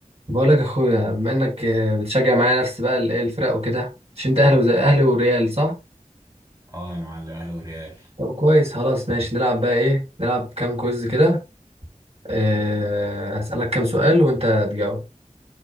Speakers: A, on the right; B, on the right.
A: بقولك يا اخويا بما انك آه، بتشجع معايا نفس بقى ال- الفرق وكده مش انت اهلي وزي اهلي وريال صح
B: اه يا معلم اهلا وريال
A: طب كويس خلاص ماشي نلعب بقى ايه نلعب كام كويز كده آه، اسالك كام سؤال وانت تجاوب